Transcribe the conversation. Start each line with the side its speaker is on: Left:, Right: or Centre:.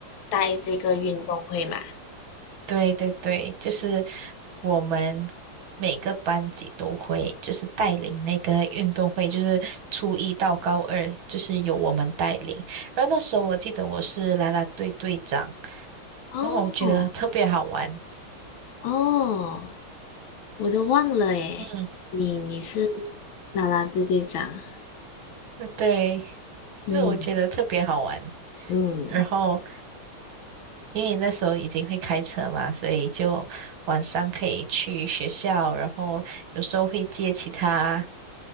Left: 带这个运动会嘛。
Right: 对对对，就是我们每个班级都会，就是带领那个运动会，就是初一到高二，就是由我们带领。然后那时候我记得我是啦啦队队长，
Left: 哦
Right: 然后我觉得特别好玩。
Left: 哦，我都忘了诶，
Right: 嗯，
Left: 你你是啦啦队队长，
Right: 对，
Left: 嗯
Right: 因为我觉得特别好玩。
Left: 嗯
Right: 然后因为那时候已经会开车嘛，所以就晚上可以去学校，然后有时候会接其他。